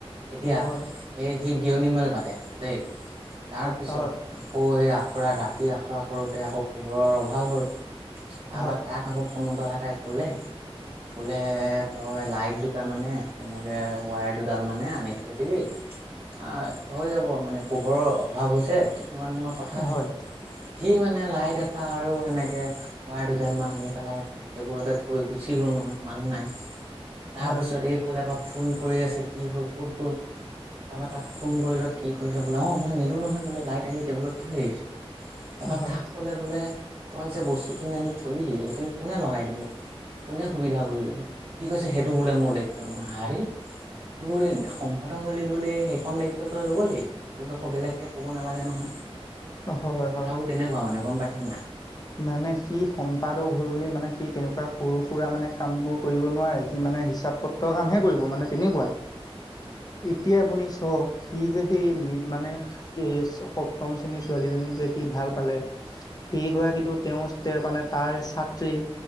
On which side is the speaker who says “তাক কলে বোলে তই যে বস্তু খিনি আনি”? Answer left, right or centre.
Right